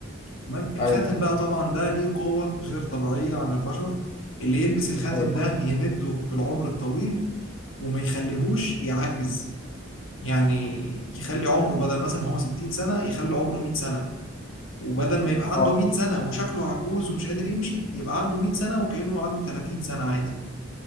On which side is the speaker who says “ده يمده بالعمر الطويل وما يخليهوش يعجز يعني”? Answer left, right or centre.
Left